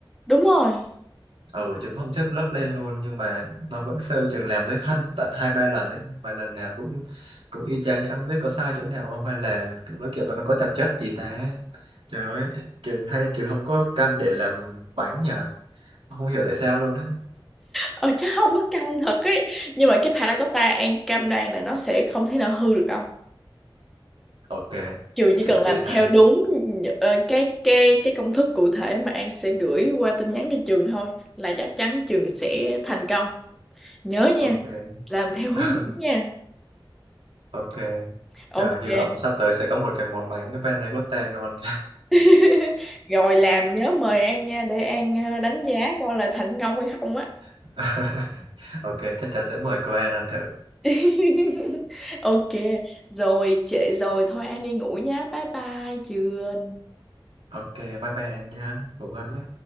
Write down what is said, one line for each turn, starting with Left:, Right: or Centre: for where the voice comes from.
Centre: đúng rồi
Right: ừ chúng không xếp lớp lên luôn nhưng mà nó vẫn fail trường làm tới hân tận hai ba lần đấy và lần nào cũng cũng y chang vậy không biết có sai chỗ nào không hay là kiểu nó kiểu nó có tạp chất gì ta trời ơi trường hay trường không có căn để làm bánh nhờ không hiểu tại sao luôn á
Centre: ờ chắc không có căng thật ấy nhưng mà cái panna cotta An cam đoan là nó sẽ không thể nào hư được đâu
Right: ok
Centre: trường chỉ
Right: trực
Centre: cần làm
Right: tiên
Centre: theo
Right: an
Centre: đúng nh- ờ, cái cái cái công thức cụ thể mà An sẽ gửi qua tin nhắn cho trường thôi là chắc chắn trường sẽ thành công nhớ nha
Right: ok
Centre: làm theo hướng
Right: <laughs>
Centre: dẫn nha
Right: ok
Centre: ok
Right: trời hy vọng sắp tới sẽ có một cái món bánh bên này có tè ngon
Centre: <laughs> rồi làm nhớ mời An nha để An ờ, đánh giá coi là thành công hay không á
Right: <laughs> ok chắc chắn sẽ mời cô An ăn thử
Centre: <laughs> ok rồi trễ rồi thôi An đi ngủ nhá bye bye chưa
Right: ok bye bye An nha ngủ ngon nhé